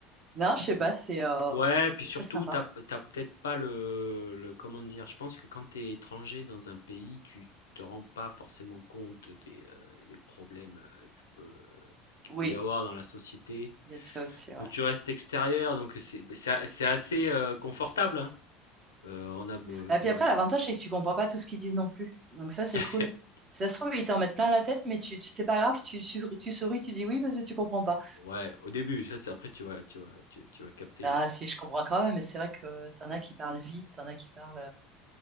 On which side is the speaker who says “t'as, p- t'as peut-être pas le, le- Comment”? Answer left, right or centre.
Left